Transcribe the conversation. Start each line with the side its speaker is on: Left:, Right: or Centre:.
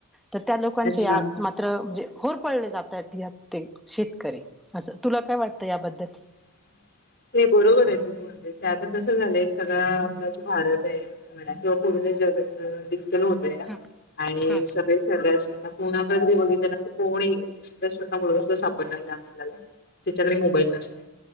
Centre: त्या लोकांचे
Left: अच्छा
Centre: आत मात्र. म्हणजे होर पळले जातात या ते शेतकरी असं तुला काय वाटतं याबद्दल.
Left: <unintelligible> नाही बरोबर आहे, तुझ म्हणते आता कस झालंय सगळा, आपला जो भारत आहे म्ह किंवा डिजिटल होतय का
Centre: हम
Left: आणि
Centre: हम
Left: सगळे सरल्यास आता, कुणा बघितना अस कोणी सुधा स्वः <unintelligible> सापडणार नाही, त्याच्याकडे मोबाईल नसते,